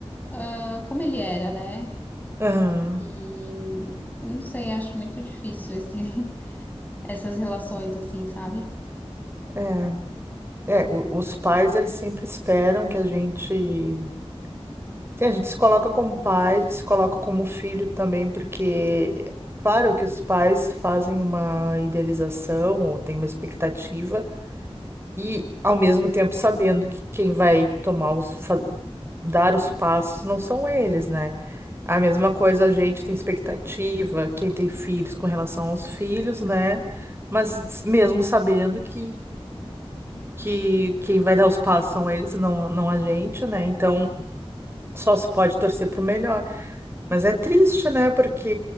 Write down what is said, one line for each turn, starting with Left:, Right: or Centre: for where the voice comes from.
Left: ah, como ele era, né?
Right: aham.
Left: E não sei, acho muito difícil esse, <laughs> essas relações assim, sabe?
Right: É. É, o- os pais, eles sempre esperam que a gente. Sim, A gente se coloca como pai, se coloca como filho também, porque, claro que os pais fazem uma idealização ou têm uma expectativa, e ao mesmo tempo sabendo que quem vai tomar os, fa- dar os passos não são eles, né? A mesma coisa, a gente tem expectativa, quem tem filhos com relação aos filhos, né? Mas mesmo sabendo que que quem vai dar os passos são eles, não, não a gente, né? Então só se pode torcer pro melhor. Mas é triste, né? Porque